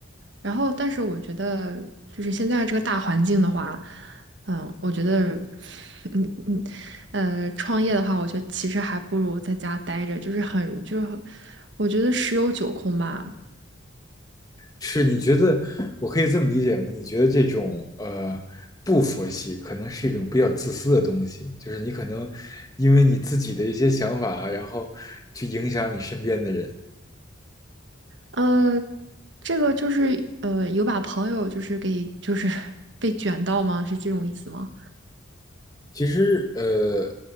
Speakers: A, on the right; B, on the left.
A: 然后，但是我觉得，就是现在这个大环境的话，嗯，我觉得，嗯嗯，呃，创业的话，我觉得其实还不如在家待着，就是很，就是很我觉得十有九空吧。
B: 是你觉得我可以这么理解吗？你觉得这种呃不佛系可能是一种比较自私的东西，就是你可能因为你自己的一些想法啊，然后去影响你身边的人。
A: 呃，这个就是，呃，有把朋友就是给，就是 <laughs> 被卷到吗？是这种意思吗？
B: 其实，呃，